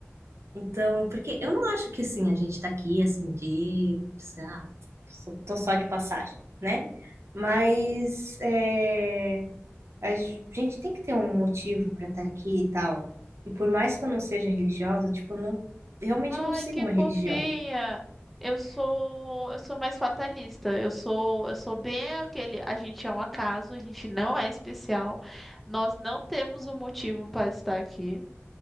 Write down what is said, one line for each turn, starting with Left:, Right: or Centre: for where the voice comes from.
Right: Então, porque eu não acho que assim, a gente tá aqui assim de. sei lá, só- tô só de passagem, né? Mas é, a ge- gente tem que ter um motivo pra estar aqui e tal. E por mais que eu não seja religiosa, tipo, eu não, realmente
Centre: Ai,
Right: não sigo
Centre: que
Right: uma
Centre: fofinha.
Right: religião.
Centre: Eu sou, eu sou mais fatalista. Eu sou, eu sou bem aquele, a gente é um acaso, a gente não é especial. Nós não temos um motivo para estar aqui